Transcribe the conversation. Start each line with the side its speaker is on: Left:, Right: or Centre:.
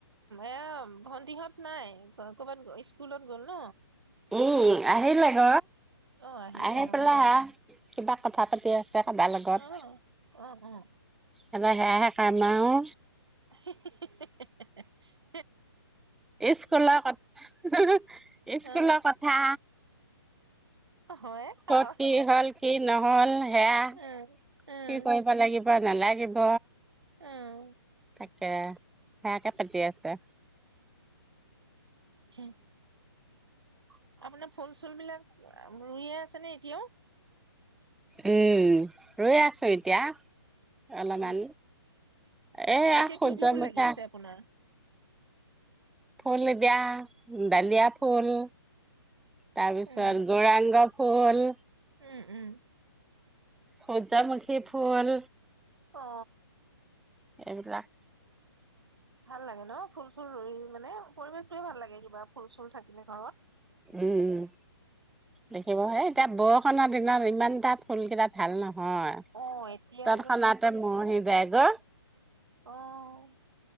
Right: এয়া ভন্ন্দিহঁত নাই ক'বাত স্কুলত গ'ল ন
Centre: উম আহিলে গ
Right: অ আহিলে
Centre: আহি পেলাই
Right: অ
Centre: হা কিবা কথা পাতি আছে কাদাৰ লগত
Right: অ অ অ
Centre: এ সেয়াে আামাৰো
Right: <unintelligible>
Centre: স্কুলৰ কথা
Right: অ
Centre: স্কুলৰ কথা
Right: অ হয়
Centre: কত
Right: আৰু
Centre: কি হ'ল কি নহল সেয়া
Right: উম উম
Centre: কি কৰিব লাগিব নালাগিব
Right: উম
Centre: তাকে হ ক পাতি আছা
Right: হ আপোনাৰ ফল চুল বিলাক ৰুইয়ে আছে নে এতিয়াও
Centre: উম ৰৈ আছো এতিয়া অলপমান
Right: উ
Centre: এয়া
Right: এতিয়া
Centre: সূৰ্যমুখা
Right: কি কি ফুল লাগি আছে আপোনাৰ
Centre: ফুল দিয়া ডালিয়া ফুল তাৰ পিছত
Right: উম
Centre: গোৰাংগ ফ'ল
Right: উম উম
Centre: হজা মখি ফুল
Right: অ
Centre: এইবিলাক
Right: ভাল লাগে ন ফুল চুল ই মানে পৰিৱেশটয়ে ভাল লাগে কিবা ফুল চুল থাকিলে ঘৰত
Centre: উম, দেখিব হে এতিয়া খনৰ দিনত ইমান এটা ফুলকেইটা ভাল নহয় হয়।
Right: অ এতিয়া
Centre: তৎক্ষণাতে মৰহি যায় অ
Right: অহ